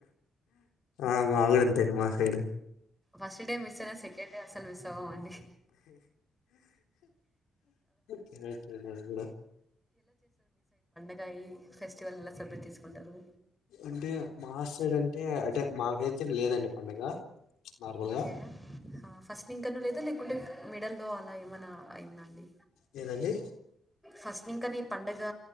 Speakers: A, on the left; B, in the centre.
A: ఆ మాగూడ అంతేండి మా సైడు
B: ఫస్ట్ డే మిస్సయిన సెకండ్ డే అసలు మిస్ సవ్వమండి
A: కరెక్టే లేండి అది కూడ.
B: ఇంకా ఈ ఫెస్టివల్ ని ఎలా సెలబ్రేట్ చేసుకుంటారు
A: అంటే మా సైడ్ అంటే అంటే మాక్ రేత్రిల్ల్ లేదండి పండగ నార్మల్గా
B: ఓకే అ ఫస్ట్ నింకను లేదా లేకుంటే మిడల్ లో అలా ఏమన్నా అయిందండి
A: లేదండి
B: ఫస్ట్నీకన్నే ఈ పండగ